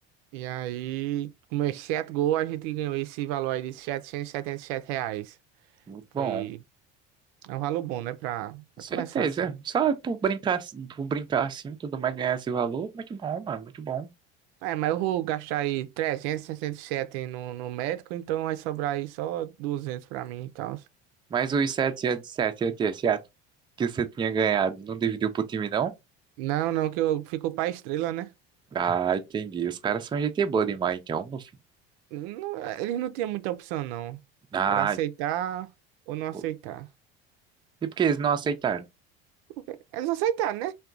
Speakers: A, on the right; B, on the right.
A: E aí, com meus 7 gols, a gente ganhou esse valor aí de 777 reais.
B: Muito
A: Foi...
B: bom.
A: É um valor bom, né? Pra, pra
B: Com certeza.
A: começar assim.
B: é. Só por brincar, assim- por brincar assim, tudo mais ganhar esse valor. Muito bom, mano. Muito bom.
A: É, mas eu vou gastar aí 367 no, no médico, então vai sobrar aí só 200 pra mim e tal.
B: Mas os 7 de 7 de 7 que você tinha ganhado, não dividiu pro time, não?
A: Não, não, que eu ficou pra estrela, né?
B: Ah, entendi. Os caras são gente boa demais, então, meu filho.
A: Não, eles não tinham muita opção, não.
B: Ah,
A: Era aceitar ou não aceitar.
B: pô. e por que eles não aceitaram?
A: Porque Eles aceitaram, né?